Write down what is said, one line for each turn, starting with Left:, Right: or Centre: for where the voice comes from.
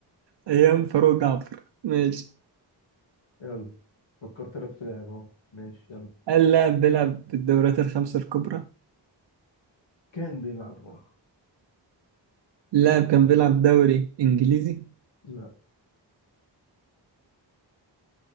Right: أيام فاروق جعفر ماشي
Left: يلا فكرت لك في لعبة اهو ماشي يلا
Right: هل لاعب بيلعب بالدوريات الخمسة الكبرى؟
Left: كان بيلعب اه
Right: اللاعب كان بيلعب دوري إنجليزي
Left: لا